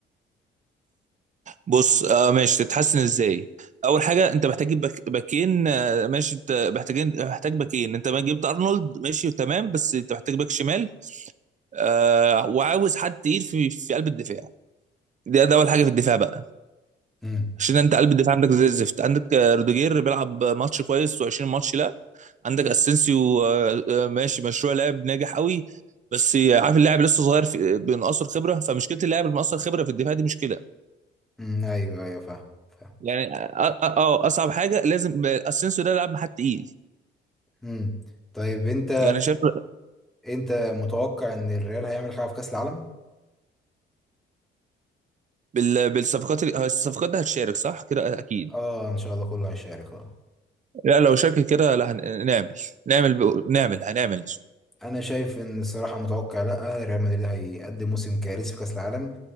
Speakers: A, on the right (about 40°); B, in the centre.
A: بص آه ماشي تتحسن ازاي اول حاجه انت محتاج تجيب باك- باكين آه، ماشي انت محتاجين محتاج باكين انت ما جبت ارنولد ماشي تمام بس انت محتاج باك شمال آه وعاوز حد تقيل في في قلب الدفاع ده ده اول حاجه في الدفاع بقى
B: امم
A: عشان انت قلب الدفاع عندك زي الزفت عندك آه، روديجير بيلعب ماتش كويس و20 ماتش لا عندك اسينسيو آه، آه، ماشي مشروع لاعب ناجح قوي بس عارف اللاعب لسه صغير في بينقصر خبره فمشكله اللاعب المقصر خبره في الدفاع دي مشكله
B: مم. ايوه ايوه فاهم فاهم
A: يعني اه آه، آه، اصعب حاجه لازم آه، اسينسيو ده لاعب حد تقيل
B: امم طيب انت
A: يعني شايف
B: انت متوقع ان الريال هيعمل حاجه في كاس العالم
A: بال- بالصفقات ال- الصفقات دي هتشارك صح كده اكيد
B: اه ان شاء الله كله هيشارك اه
A: لا لو شارك كده لا هن- نعمل نعمل ب- نعمل هنعمل
B: انا شايف ان الصراحه متوقع لا ريال مدريد هيقدم موسم كارثي في كاس العالم